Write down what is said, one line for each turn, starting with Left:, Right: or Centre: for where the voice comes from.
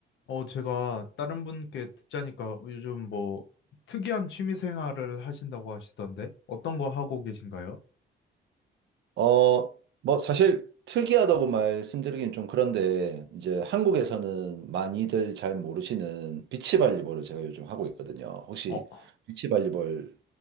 Left: 어, 제가 다른 분께 듣자니까 요즘 뭐 특이한 취미 생활을 하신다고 하시던데 어떤 거 하고 계신가요?
Right: 어, 뭐, 사실 특이하다고 말씀드리긴 좀 그런데, 이제 한국에서는 많이들 잘 모르시는 비치발리볼을 제가 요즘 하고 있거든요. 혹시
Left: 어,
Right: 비치발리볼